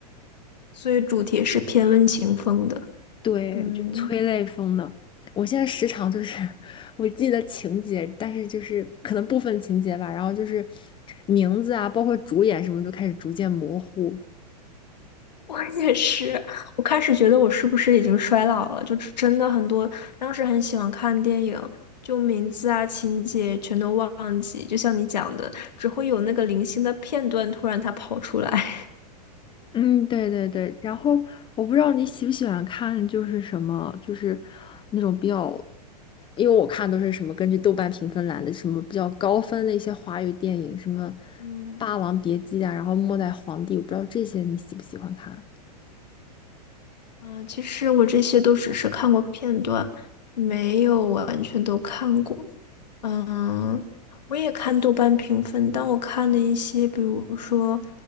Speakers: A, on the left; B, on the left.
A: 所以主题是偏温情风的。
B: 对，
A: 嗯，
B: 就是催泪风的。我现在时常就是 <laughs> 我记得情节，但是就是可能部分情节吧，然后就是名字啊，包括主演什么都开始逐渐模糊。
A: 我也是。我开始觉得我是不是已经衰老了？就真的很多，当时很喜欢看电影，就名字啊、情节全都忘记，就像你讲的，只会有那个零星的片段突然它跑出来。
B: 嗯，对对对，然后我不知道你喜不喜欢看，就是什么，就是那种比较，因为我看都是什么根据豆瓣评分来的，什么比较高分的一些华语电影，什么
A: <laughs> 嗯。
B: 《霸王别姬》啊，然后《末代皇帝》，我不知道这些你喜不喜欢看？
A: 嗯，其实我这些都只是看过片段，没有完全都看过。嗯，我也看豆瓣评分，但我看的一些，比如说